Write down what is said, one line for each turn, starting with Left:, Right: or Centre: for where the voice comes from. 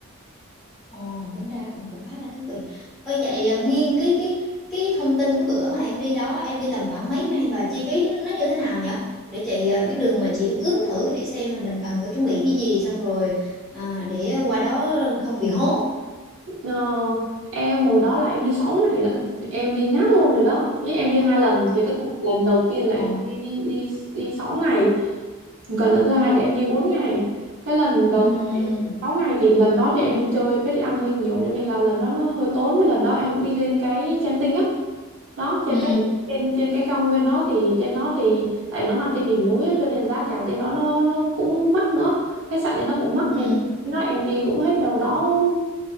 Centre: Ồ, tính ra cũng cũng khá là thú vị. Ơ vậy à, nguyên cái cái cái thông tin cái bữa mà em đi đó, em đi tầm khoảng mấy ngày và chi phí nó, nó như thế nào nhỉ? Để chị à, biết đường mà chị ướm ướm thử để xem là mình cần phải chuẩn bị cái gì xong rồi à, để qua đó không bị hốt.
Right: Ờ, em hồi đó là em đi 6 ngày lận <laughs> em đi nát luôn rồi đó ý em đi hai lần thì cái lần đầu tiên là
Centre: Ồ.
Right: em đi đi đi 6 ngày còn lần thứ hai thì em đi bốn ngày cái lần đầu
Centre: Ừ.
Right: tiên 6 ngày thì lần đó thì em đi chơi với đi ăn hơi nhiều cho nên là lần đó nó hơi tốn với lần đó em cũng đi lên cái Genting á đó trên
Centre: Ừ.
Right: cái trên trên cái cao nguyên đó thì trên đó thì tại nó nằm trên đỉnh núi á, cho nên giá cả trên đó nó nó cũng mắc nữa khách sạn thì nó cũng mắc
Centre: Ừ.
Right: nên nó em đi cũng hết đâu đó